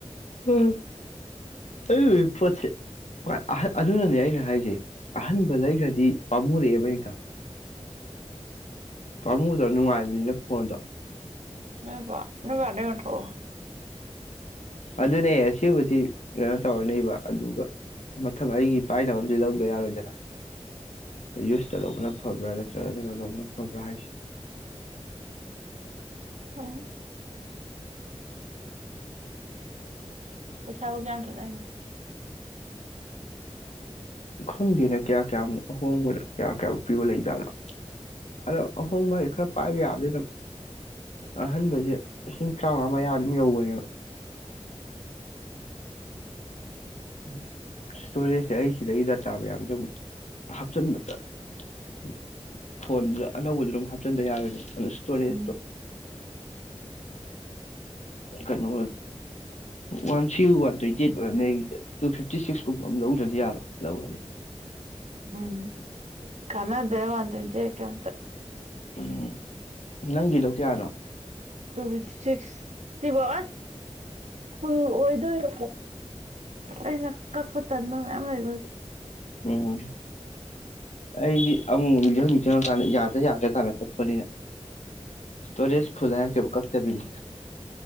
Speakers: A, on the left; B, on the right.
A: ꯎꯝ ꯑ ꯄꯦ ꯑꯗꯨꯅꯅꯦ ꯑꯩꯅ ꯍꯥꯏꯁꯦ ꯑꯍꯟꯕ ꯂꯩꯈ꯭ꯔꯗꯤ ꯄꯥꯝꯃꯨꯔꯛꯑꯦꯕ ꯍꯒ ꯄꯥꯃꯨꯗ ꯅꯨꯡꯉꯥꯏꯕꯅꯤꯅ ꯐꯣꯟꯗꯣ
B: ꯄꯅꯦ <unintelligible>
A: ꯑꯗꯨꯅꯦ ꯑꯁꯤꯕꯨꯗꯤ ꯀꯩꯅꯣ ꯇꯧꯔꯅꯦꯕ ꯑꯗꯨꯒ ꯃꯊꯪ ꯑꯩꯒꯤ ꯄꯥꯏꯅꯕ ꯑꯃꯗꯤꯝꯗꯤ ꯂꯧꯕ꯭ꯔꯥ ꯌꯥꯔꯣꯏꯗꯅ ꯌꯨꯁꯇ ꯂꯧꯕꯅ ꯐꯕ꯭ꯔꯥ ꯅꯠꯇ꯭ꯔꯒ ꯀꯩꯅꯣ ꯂꯧꯕꯅ ꯐꯕ꯭ꯔꯥ ꯍꯥꯏꯁꯦ
B: ꯎꯝ ꯄꯆꯥꯥꯣ ꯀꯌꯥ ꯀꯅꯒ
A: ꯈꯪꯗꯦꯅ ꯀꯌꯥ ꯀꯌꯥꯃꯨꯛ ꯑꯍꯣꯡꯕ ꯀꯌꯥ ꯀꯌꯥꯃꯨꯛ ꯄꯤꯕ ꯂꯩꯖꯥꯠꯅꯣ ꯑꯗꯣ ꯑꯍꯣꯡꯕ ꯍꯥꯏꯗꯤ ꯈꯔ ꯄꯥꯏꯕ ꯌꯥꯕꯗꯤ ꯑꯗꯨꯝ ꯑꯍꯟꯕꯁꯦ ꯂꯤꯁꯤꯡ ꯇꯔꯥꯃꯉꯥ ꯃꯌꯥ ꯑꯗꯨꯝ ꯌꯧꯕꯅꯦꯕ ꯎ ꯏꯁꯇꯣꯔꯦꯖꯁꯦ ꯑꯩ ꯁꯤꯗꯗꯒꯤ ꯗꯥꯇꯥ ꯃꯌꯥꯝꯁꯦ ꯍꯥꯞꯆꯤꯟꯕꯗ ꯎ ꯐꯣꯟꯗꯨꯗ ꯑꯅꯧꯕꯗꯨ ꯑꯗꯨꯝ ꯆꯟꯗ ꯌꯥꯔꯗꯤ ꯑꯗꯨ ꯁꯇꯣꯔꯤꯁꯇꯣ
B: ꯎꯝ
A: ꯀꯩꯅꯣ ꯋꯥꯟ ꯁꯤ꯭ ꯋꯥꯟ ꯇ꯭ꯋꯦꯟꯇꯤ ꯑꯩꯠ ꯑꯣꯏꯔꯝ ꯂꯩ ꯑꯩꯔꯤꯁꯦ ꯇꯨ ꯐꯤꯞꯇꯤ ꯁꯤꯛꯁ ꯀꯨꯝꯕ ꯑꯃ ꯂꯧꯗ꯭ꯔꯗꯤ ꯌꯥꯔꯣꯏ ꯂꯧꯔꯅꯤ
B: ꯎꯝ ꯀꯟꯅ ꯗꯦꯋꯥꯇ ꯏꯟꯇꯑ ꯀꯦꯇ
A: ꯎꯝ ꯅꯪꯒꯤꯗꯣ ꯀꯌꯥꯅꯣ
B: ꯇꯨ ꯐꯤꯇꯤ ꯁꯤꯛꯁ ꯁꯤꯕ ꯑꯁ ꯐꯨꯜ ꯑꯣꯏꯗꯣꯏꯔ ꯑꯩꯅ ꯀꯛꯄ ꯇꯟꯕ ꯃꯌꯥꯝ ꯂꯩꯕꯦ
A: ꯎꯝ ꯑꯩꯗꯤ ꯑꯃꯨꯛ ꯅꯤꯡꯖ ꯖ ꯌꯥꯗ꯭ꯔ ꯌꯥꯗ꯭ꯔ ꯇꯥꯜꯂꯛ ꯀꯛꯄꯅꯤꯅ ꯁꯇꯨꯔꯦꯁ ꯐꯨꯜ ꯍꯥꯏ ꯆꯕꯨ ꯀꯥꯛꯇꯕꯤꯅꯤ